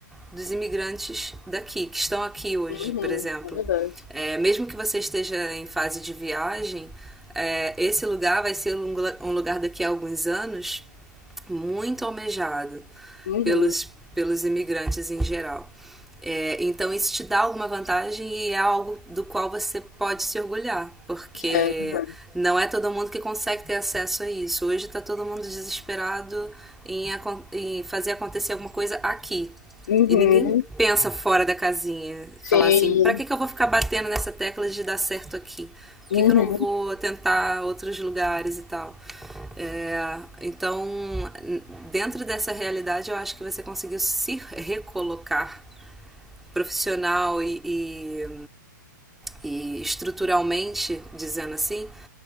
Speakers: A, in the centre; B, on the left.
A: dos imigrantes daqui, que estão aqui hoje,
B: Uhum,
A: por exemplo.
B: é verdade.
A: É, mesmo que você esteja em fase de viagem, é, esse lugar vai ser um, um lugar daqui a alguns anos muito almejado
B: Uhum,
A: pelos, pelos imigrantes em geral. É, então, isso te dá alguma vantagem e é algo do qual você pode se orgulhar, porque
B: é verdade.
A: não é todo mundo que consegue ter acesso a isso. Hoje está todo mundo desesperado em, em fazer acontecer alguma coisa aqui,
B: Uhum,
A: e ninguém pensa fora da casinha.
B: sim.
A: Falar assim, pra que, que eu vou ficar batendo nessa tecla de dar certo aqui? Por
B: Uhum,
A: que, que eu não vou tentar outros lugares e tal? É, então, dentro dessa realidade, eu acho que você conseguiu se recolocar profissional e, e, e estruturalmente, dizendo assim,